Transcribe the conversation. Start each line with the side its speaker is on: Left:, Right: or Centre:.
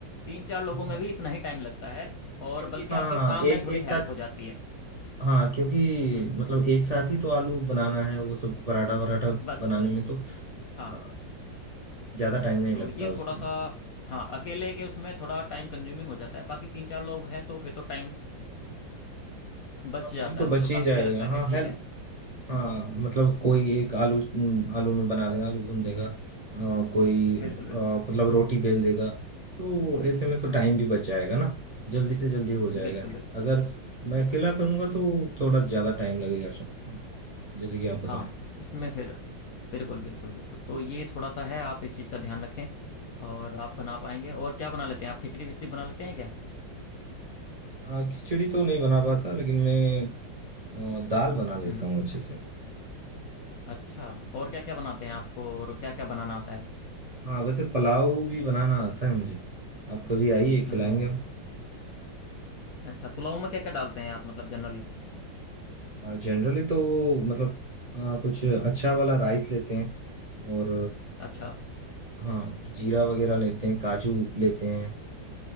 Left: तीन चार लोगों
Right: अच्छा
Left: में भी इतना ही टाइम लगता है और
Right: क्योंकि
Left: बल्कि
Right: हाँ
Left: आपके काम
Right: एक
Left: में थोड़ी
Right: एक
Left: हेल्प
Right: साथ
Left: हो जाती है
Right: हाँ क्योंकि
Left: हम्म
Right: मतलब एक साथ ही तो आलू बनाना है वो सब पराठा वराठा
Left: बस
Right: बनाने
Left: बस
Right: में
Left: बस।
Right: तो
Left: हाँ
Right: अ, ज्यादा टाइम नहीं
Left: तो
Right: लगता
Left: ये
Right: उसमें
Left: थोड़ा सा हाँ अकेले के उसमें थोड़ा टाइम कंज्यूमिंग हो जाता है बाकी तीन चार लोग हैं तो फिर तो टाइम बच
Right: और
Left: जाता
Right: टाइम तो
Left: है
Right: बच
Left: मतलब
Right: ही
Left: काफी
Right: जाएगा
Left: ये लगता है
Right: हाँ
Left: कि ठीक
Right: हेल्प
Left: है
Right: हाँ
Left: हम्म
Right: मतलब कोई एक आलू हम्म, आलू में बना देगा आलू भून देगा अ, कोई अ,
Left: बिल्कुल बिल्कुल बिल्कुल
Right: मतलब रोटी बेल देगा तो ऐसे में तो
Left: हम्म
Right: टाइम भी बच जाएगा ना जल्दी से जल्दी हो जाएगा
Left: बिल्कुल बिल्कुल
Right: अगर मैं अकेला करूंगा तो थोड़ा ज्यादा टाइम लगेगा शायद हाँ जैसे कि आप बताएं
Left: हाँ इसमें फिर बिल्कुल बिल्कुल बिल्कुल तो ये थोड़ा सा है आप इस चीज़ का ध्यान रखें और आप बना पाएंगे और क्या बना लेते हैं आप खिचड़ी विचड़ी बना लेते हैं क्या
Right: अ, खिचड़ी तो नहीं बना पाता लेकिन मैं अ, दाल बना लेता
Left: हम्म
Right: हूँ अच्छे से
Left: अच्छा और क्या क्या बनाते हैं आपको और क्या क्या बनाना आता है
Right: हाँ वैसे पुलाव भी बनाना आता है मुझे आप कभी आइए
Left: हम्म
Right: खिलाएंगे हम
Left: अच्छा पुलाव में क्या क्या डालते हैं आप मतलब जनरली
Right: जनरली तो वो मतलब आ, कुछ अच्छा वाला राइस लेते हैं और
Left: अच्छा
Right: आ, हाँ जीरा वगैरह लेते हैं काजू लेते हैं